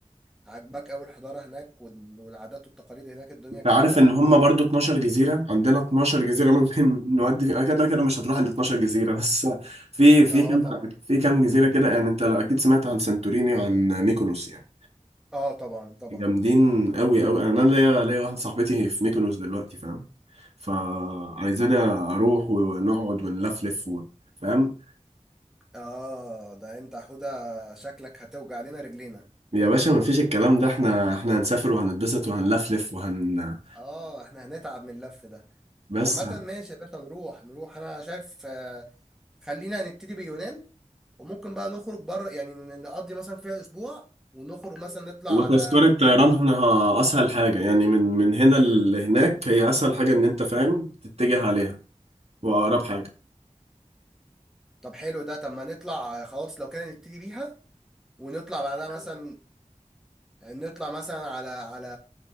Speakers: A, in the centre; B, on the right (about 55°).
A: عاجباك قوي الحضاره هناك وال- والعادات والتقاليد هناك الدنيا
B: انت
A: جميله
B: عارف ان هما برضو 12 جزيرة عندنا 12 جزيرة ممكن <laughs> نودي فيها كده كده مش هتروح ال 12 جزيرة بس في في
A: اه
B: كام
A: طبعا
B: في كام جزيرة كده يعني انت لو اكيد سمعت عن سانتوريني وعن ميكونوس يعني
A: اه طبعا طبعا
B: جامدين قوي قوي انا ليا ليا واحدة صاحبتي في ميكونوس دلوقتي فاهم فعايزانا اروح ونقعد ونلفلف و... فاهم
A: اه ده انت يا حوده شكلك هتوجع لنا رجلينا
B: يا باشا ما فيش الكلام ده احنا احنا هنسافر وهنتبسط وهنلفلف وهن
A: اه احنا هنتعب من اللف ده
B: بس
A: عامة ماشي يا باشا نروح نروح أنا شايف آه، خلينا نبتدي باليونان وممكن بقى نخرج بره يعني ن- نقضي مثلا فيها أسبوع ونخرج مثلا نطلع
B: وتذكرة
A: على
B: طيران هنا اسهل حاجة يعني من من هنا لهناك هي اسهل حاجة ان انت فاهم تتجه عليها واقرب حاجة
A: طب حلو ده طب ما نطلع آه، خلاص لو كده نبتدي بيها ونطلع بعدها مثلا نطلع مثلا على على